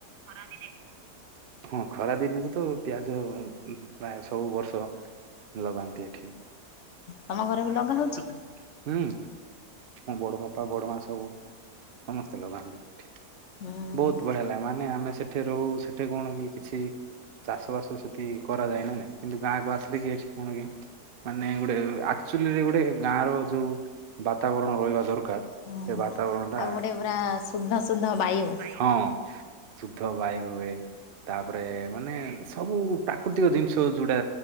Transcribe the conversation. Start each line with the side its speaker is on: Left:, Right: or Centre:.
Right: ଖରାଦିନେ ଟିକେ ହଁ ଖରା ଦିନକୁ ତ ପିଆଜ ଉ ପ୍ରାୟ ସବୁ ବର୍ଷ ଲଗାନ୍ତି ଏଠି।
Left: ତମ ଘରେ
Right: ଆମ
Left: ଲଗା
Right: ଘରେ
Left: ହଉଛି
Right: ବି <unintelligible>
Left: କି?
Right: ହୁଁ ମୋ ବଡ଼ ବାପା ବଡ ମା ସବୁ ସମସ୍ତେ ଲଗାନ୍ତି ଏଠି।
Left: ହୁଁ
Right: ବହୁତ
Left: ହୁଁ
Right: ବଢିଆ ଲାଗେ ମାନେ ଆମେ ସେଠି ରହୁ ସେଠି କଣ କି କିଛି। ଚାଷ ବାସ ସେଠି କରାଯାଏ ନା ନାଇଁ କିନ୍ତୁ ଗାଁକୁ ଆସିଲେ କି ଏଠି କଣକି। ମାନେ ଗୋଟେ ଆକ୍ଚୁଲିରେ ଗୋଟେ ଗାଁ ର ଯୋଉ ବାତାବରଣ ରହିବା ଦରକାର।
Left: ହଁ।
Right: ସେ ବାତାବରଣ। ଟା
Left: ଆଉ ଗୋଟେ ପୁରା ଶୁଦ୍ଧ ଶୁଦ୍ଧ ବାୟୁ।
Right: ହଁ ଶୁଦ୍ଧ ବାୟୁ ହୁଏ। ତାପରେ ମାନେ ସବୁ ପ୍ରାକୃତିକ ଜିନିଷ ଯୋଉଟା